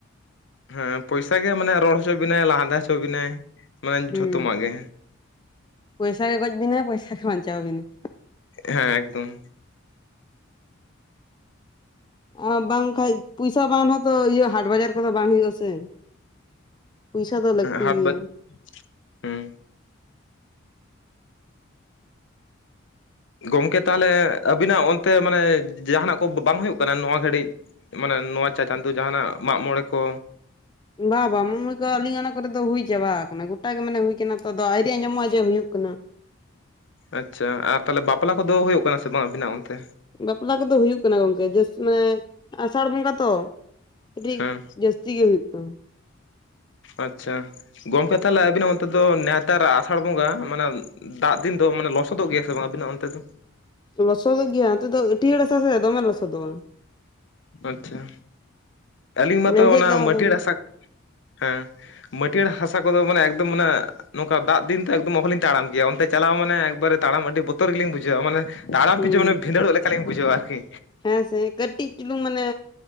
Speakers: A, on the left; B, on the left.
A: ᱦᱮᱸ ᱯᱚᱭᱥᱟ ᱜᱮ ᱢᱟᱱᱮ ᱨᱚᱲ ᱦᱚᱪᱚ ᱵᱤᱱᱟᱭ ᱞᱟᱱᱫᱟ ᱦᱚᱪᱚ ᱵᱤᱱᱟᱭ ᱢᱟᱱᱮ
B: ᱦᱩᱸ
A: ᱡᱷᱚᱛᱚᱟᱜ ᱜᱮ
B: ᱯᱚᱭᱥᱟ ᱜᱮ ᱜᱚᱡ ᱵᱤᱱᱟᱭ ᱯᱚᱭᱥᱟ ᱜᱮ ᱵᱟᱧᱪᱟᱣ ᱵᱤᱱᱟᱭ
A: ᱦᱮᱸ ᱮᱠᱫᱚᱢ
B: ᱟᱨ ᱵᱟᱝᱠᱟᱱᱡ ᱯᱚᱭᱥᱟ ᱵᱟᱝ ᱦᱚᱸᱛᱚ ᱤᱭᱟᱹ ᱦᱟᱴ ᱵᱟᱡᱟᱨ ᱠᱚᱫᱚ ᱵᱟᱝ ᱦᱩᱭᱩᱜ ᱟᱥᱮ ᱯᱚᱭᱥᱟ ᱫᱚ ᱞᱟᱠᱛᱤᱭᱟ
A: ᱦᱟᱴ ᱵᱟᱡ
B: ᱜᱮᱭᱟ
A: ᱦᱩᱸ ᱜᱚᱢᱠᱮ ᱛᱟᱦᱚᱞᱮ ᱟᱹᱵᱤᱱᱟᱜ ᱚᱱᱛᱮ ᱢᱟᱱᱮ ᱡᱟᱦᱟᱱᱟᱜ ᱠᱚ ᱵᱟᱝ ᱦᱩᱭᱩᱜ ᱠᱟᱱᱟ ᱱᱚᱣᱟ ᱜᱷᱟᱹᱲᱤᱡ ᱢᱟᱱᱮ ᱱᱚᱣᱟ ᱪᱟᱸᱫᱚ ᱡᱟᱦᱟᱱᱟᱜ ᱢᱟᱜᱽ ᱢᱚᱬᱮ ᱠᱚ
B: ᱵᱟ ᱵᱟᱝ ᱢᱚᱭ ᱠᱚ ᱟᱹᱞᱤᱧ ᱚᱱᱟ ᱠᱚᱨᱮ ᱫᱚ ᱦᱩᱭ ᱪᱟᱵᱟ ᱠᱟᱱᱟ ᱜᱚᱴ ᱜᱮ ᱢᱟᱱᱮ ᱦᱩᱭ ᱠᱟᱱᱟ ᱛᱚ ᱫᱚ ᱟᱭᱨᱤ ᱟᱸᱡᱚᱢᱜᱼᱟ ᱡᱮ ᱦᱩᱭᱩᱜ ᱠᱟᱱᱟ
A: ᱟᱪᱪᱷᱟ ᱟᱨ ᱛᱟᱦᱚᱞᱮ ᱵᱟᱯᱞᱟ ᱠᱚᱫᱚ ᱦᱩᱭᱩᱜ ᱠᱟᱱᱟ ᱥᱮ ᱵᱟᱝ ᱟᱵᱤᱱᱟᱜ ᱚᱱᱛᱮ
B: ᱵᱟᱯᱞᱟ ᱠᱚᱫᱚ ᱦᱩᱭᱩᱜ ᱠᱟᱱᱟ ᱜᱚᱝᱠᱮ ᱡᱟᱹᱥ ᱢᱟᱱᱮ ᱟᱥᱟᱲ ᱵᱚᱸᱜᱟ ᱛᱚ ᱠᱟᱹᱴᱤᱡ
A: ᱦᱮᱸ
B: ᱡᱟᱹᱥᱛᱤ ᱜᱮ ᱦᱩᱭᱩᱜ ᱠᱟᱱᱟ
A: ᱟᱪᱪᱷᱟ ᱜᱚᱢᱠᱮ ᱛᱟᱦᱚᱞᱮ ᱟᱹᱵᱤᱱᱟᱜ ᱚᱱᱛᱮ ᱫᱚ ᱱᱣᱮᱛᱟᱨ ᱟᱥᱟᱲ ᱵᱚᱸᱜᱟ ᱢᱟᱱᱮ ᱫᱟᱜ ᱫᱤᱱ ᱫᱚ ᱢᱟᱱᱮ ᱞᱚᱥᱚᱫᱚᱜ ᱜᱮᱭᱟ ᱥᱮ ᱵᱟᱝ ᱟᱵᱤᱱᱟᱜ ᱚᱱᱛᱮ ᱫᱚ
B: ᱞᱚᱥᱚᱫᱚᱜ ᱜᱮᱭᱟ ᱦᱟᱱᱛᱮ ᱫᱚ ᱟᱹᱴᱤᱭᱟᱹᱲ ᱦᱟᱥᱟ ᱥᱮ ᱫᱚᱢᱮ ᱞᱚᱥᱚᱫᱚᱜᱼᱟ
A: ᱟᱪᱪᱷᱟ ᱟᱹᱞᱤᱧ ᱢᱟᱛᱚ
B: ᱞᱮᱸᱡᱮᱫ
A: ᱚᱱᱟ
B: ᱫᱚ
A: ᱢᱟᱹᱴᱤᱭᱟᱹᱲ
B: ᱫᱚᱢᱮ
A: ᱦᱟᱥᱟ ᱦᱮᱸ ᱢᱟᱹᱴᱤᱭᱟᱹᱲ ᱦᱟᱥᱟ ᱠᱚᱫᱚ ᱢᱟᱱᱮ ᱮᱠᱫᱚᱢ ᱚᱱᱮ ᱱᱚᱝᱠᱟ ᱫᱟᱜ ᱫᱤᱱ ᱛᱮ ᱚᱦᱚᱞᱤᱧ ᱛᱟᱲᱟᱢ ᱠᱮᱭᱟ ᱚᱱᱛᱮ ᱪᱟᱞᱟᱣ ᱢᱟᱱᱮ ᱮᱠᱵᱟᱨᱮ ᱛᱟᱲᱟᱢ ᱟᱹᱰᱤ ᱵᱚᱛᱚᱨ ᱜᱮᱞᱤᱧ ᱵᱩᱡᱷᱟᱹᱣᱟ ᱢᱟᱱᱮ ᱛᱟᱲᱟᱢ
B: ᱦᱩᱸ
A: ᱯᱤᱷᱟᱹ ᱢᱟᱱᱮ ᱵᱷᱸᱤᱫᱟᱹᱲᱚᱜ ᱞᱮᱠᱟᱞᱤᱧ ᱵᱩᱡᱷᱟᱹᱣᱟ ᱟᱨᱠᱤ
B: ᱦᱮᱸ ᱥᱮ ᱠᱟᱹᱴᱤᱡ ᱪᱩᱞᱩᱝ ᱢᱟᱱᱮ